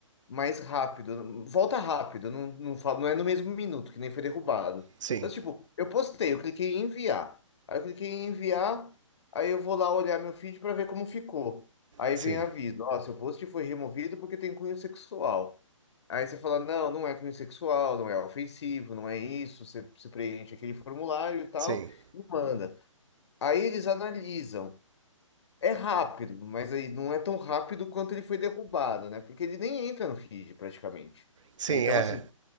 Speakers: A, on the left; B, on the right.
A: mais rápido, volta rápido, não, não, fa- não é no mesmo minuto que nem foi derrubado.
B: Sim,
A: Então, tipo, eu postei, eu cliquei em enviar. Aí eu cliquei em enviar, aí eu vou lá olhar meu feed para ver como ficou. Aí
B: sim,
A: vem aviso, ó, seu post foi removido porque tem cunho sexual. Aí você fala, não, não é cunho sexual, não é ofensivo, não é isso. Você, você preenche aquele formulário e tal,
B: sim,
A: e manda. Aí eles analisam. É rápido, mas aí não é tão rápido quanto ele foi derrubado, né? Porque ele nem entra no feed, praticamente.
B: sim,
A: né? Então,
B: é.
A: assim,